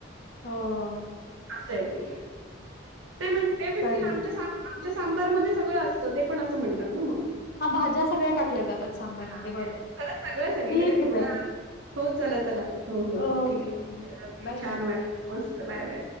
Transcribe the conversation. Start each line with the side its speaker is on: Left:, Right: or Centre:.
Left: हं.
Right: असंय ते‌. ते म्हटलय म्हणतील
Left: चला
Right: आमच्या आमच्या सांबा् सांबारमध्ये सगळं असतं ते पण अस्- असं म्हणतात. ना मग.
Left: हा भाज्या सगळ्या टाकल्या जातात सांबार मधे
Right: हां तेच.
Left: बरोबर हाय.
Right: खरंच सगळं सगळीकडे
Left: ठीक
Right: पूर्ण
Left: आहे ताई.
Right: हो चला, चला. हो, हो.
Left: ओके
Right: ठीक आहे,
Left: ओके
Right: ठीक
Left: हं
Right: आहे. ओके.
Left: Bye
Right: छान
Left: bye.
Right: वाटलं. मस्त. Bye, bye.